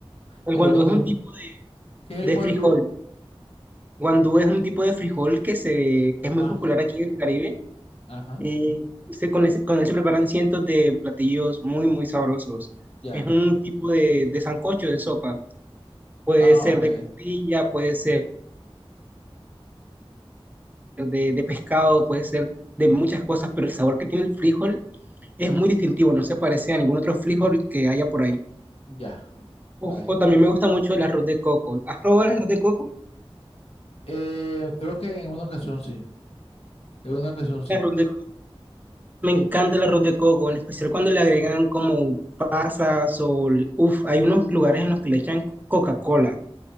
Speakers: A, on the right; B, on the left.
A: El
B: El
A: guandú
B: guandú.
A: es un tipo de,
B: ¿Qué es el
A: de
B: guandú?
A: frijol. Guandú es un tipo de frijol que se que es muy
B: Ah,
A: popular aquí en el Caribe.
B: ajá.
A: y se, con, ese- con él se preparan cientos de platillos muy, muy sabrosos.
B: Ya.
A: Es un tipo de, de sancocho de sopa. Puede
B: Ah,
A: ser
B: ok.
A: de costilla, puede ser de, de pescado, puede ser de muchas cosas, pero el sabor que tiene el frijol es muy distintivo, no se parece a ningún otro frijol que haya por ahí.
B: Ya,
A: Uf,
B: vaya.
A: o también me gusta mucho el arroz de coco. ¿Has probado el arroz de coco?
B: Eh, creo que en una ocasión sí, en una ocasión sí.
A: El arroz de- Me encanta el arroz de coco, en especial cuando le agregan como pasas o... Uf, hay unos lugares en los que le echan Coca-Cola